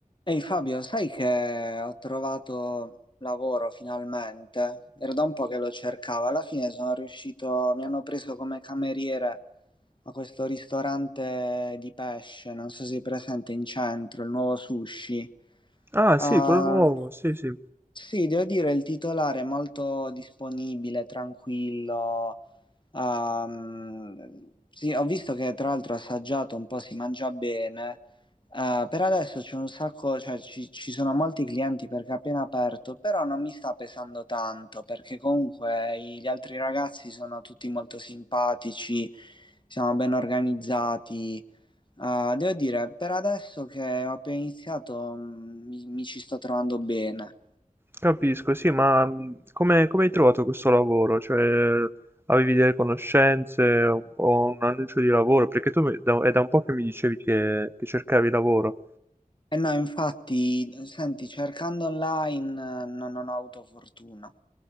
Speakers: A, on the left; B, on the right.
A: Ehi Fabio, sai che ho trovato lavoro finalmente? Era da un po' che lo cercavo. Alla fine sono riuscito, mi hanno preso come cameriere a questo ristorante di pesce, non so se è presente in centro, il nuovo sushi.
B: Ah,
A: Ah,
B: sì, quello nuovo, sì, sì,
A: sì, devo dire, il titolare è molto disponibile, tranquillo, Ah, mh, sì, ho visto che tra l'altro assaggiato un po' si mangia bene. Eh, per adesso c'è un sacco, cioè ci, ci sono molti clienti perché è appena aperto, però non mi sta pesando tanto perché comunque i- gli altri ragazzi sono tutti molto simpatici, siamo ben organizzati. Eh, devo dire, per adesso che ho appena iniziato, mh, mi mi ci sto trovando bene.
B: capisco, sì, ma mh, come, come hai trovato questo lavoro? Cioè, avevi delle conoscenze o un annuncio di lavoro? Perché tu mi- da- è da un po' che mi dicevi che, che cercavi lavoro.
A: Eh no, infatti, senti, cercando online eh, non, non ho avuto fortuna.